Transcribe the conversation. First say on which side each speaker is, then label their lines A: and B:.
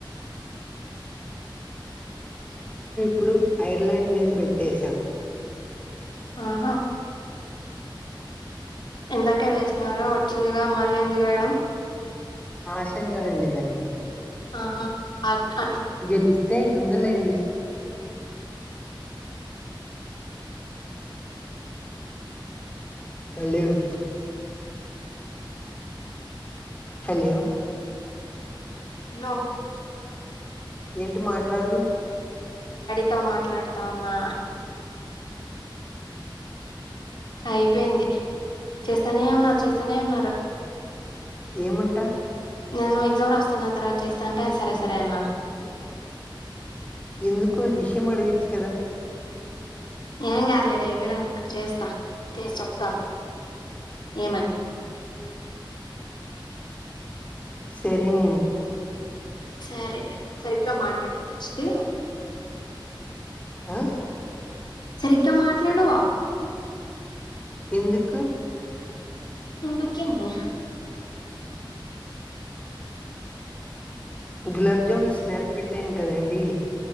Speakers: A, on the left; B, on the left.
A: పుడు ఐర్లాండ్ మీద బెట్టేసాం
B: ఆహా ఎందాకే వేస్తున్నారు వచ్చిందిగా మరీ ఎందుకు ఏయడం
A: ఆశ అంటారండి దాన్ని
B: ఆహా అక్ అట్
A: గెలిస్తే ఐదు వందల్ లేండి హ లేవ్ హలో
B: హలో
A: ఏంటి మాట్లాడ్రు
B: తో మాట్లాడుతా ఉన్నా అయిపోయింది చేస్తానే ఉన్నారు చేస్తానే ఉన్నారు.
A: ఏమంట
B: నేను ఎగ్జామ్ రాస్తున్న తర్వాత చేస్తా అంటే ఆ సరే సరే అన్నా
A: ఎందుకు విషయం అడగొచ్చు కదా
B: ఏం గాదులే ఇది అయిపోయినంకా చేస్తా చేసి చేప్తా ఏమని
A: సరేనండి
B: సరే సరిగ్గా మాట్లాడు స్టే
A: ఆ
B: సరిగ్గా మాట్లాడూ
A: ఎందుకు
B: ఎందుకేంది
A: గులాబ్జామున్ స్నాప్ పెట్టాను గదండి